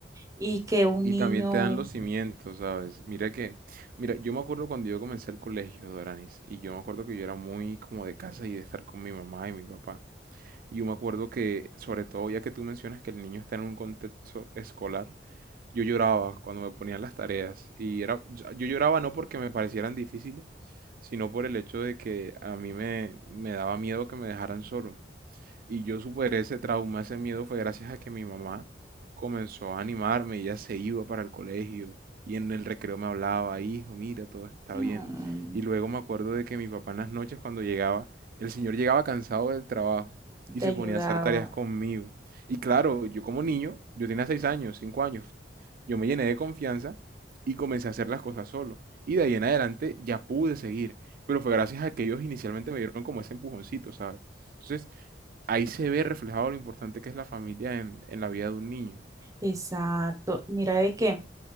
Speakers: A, on the right; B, on the right.
A: y que un
B: Y
A: niño
B: también te dan los cimientos, ¿sabes? Mira que, mira, yo me acuerdo cuando yo comencé el colegio, Doranis, y yo me acuerdo que yo era muy como de casa y de estar con mi mamá y mi papá. Y yo me acuerdo que, sobre todo, ya que tú mencionas que el niño está en un contexto escolar, yo lloraba cuando me ponían las tareas. Y era, yo yo lloraba no porque me parecieran difíciles, sino por el hecho de que a mí me, me daba miedo que me dejaran solo. Y yo superé ese trauma, ese miedo fue gracias a que mi mamá comenzó a animarme, ella se iba para el colegio y en el recreo me hablaba, hijo, mira, todo está
A: mm,
B: bien. Y luego me acuerdo de que mi papá en las noches cuando llegaba, el señor llegaba cansado del trabajo y
A: te
B: se
A: ayudaba.
B: ponía a hacer tareas conmigo. Y claro, yo como niño, yo tenía seis años, cinco años, yo me llené de confianza y comencé a hacer las cosas solo. Y de ahí en adelante ya pude seguir, pero fue gracias a que ellos inicialmente me dieron como ese empujoncito, ¿sabes? Entonces, ahí se ve reflejado lo importante que es la familia en, en la vida de un niño.
A: Exacto. Mira de qué.